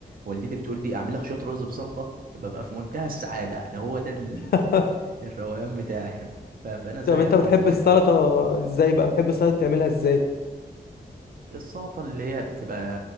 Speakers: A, on the right; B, on the left.
A: والدتي بتقول لي اعمل لك شويه رز بسلطه ببقى في منتهى السعاده انا هو ده ال-
B: <laughs>
A: الروقان بتاعي ف- فانا زيك
B: طب انت بتحب
A: برضه في الحته
B: السلطه
A: دي
B: ازاي بقى بتحب السلطه تعملها ازاي
A: السلطه اللي هي بتبقى